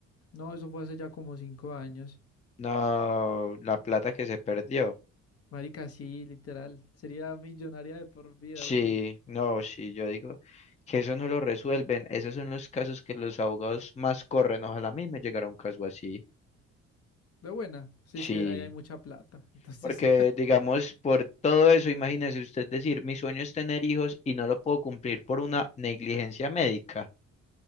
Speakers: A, on the left (about 50°); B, on the left (about 25°).
A: No, eso fue hace ya como cinco años.
B: No, la plata que se perdió.
A: Marica, sí, literal. Sería millonaria de por vida,
B: Sí,
A: ¿o qué?
B: no, sí, yo digo que eso no lo resuelven. Esos son los casos que los abogados más corren. Ojalá a mí me llegara un caso así.
A: De buena. Sí,
B: Sí,
A: es que ahí hay mucha plata. Entonces
B: porque digamos, por todo eso, imagínese usted decir, mi sueño es tener hijos y no lo puedo cumplir por una negligencia médica.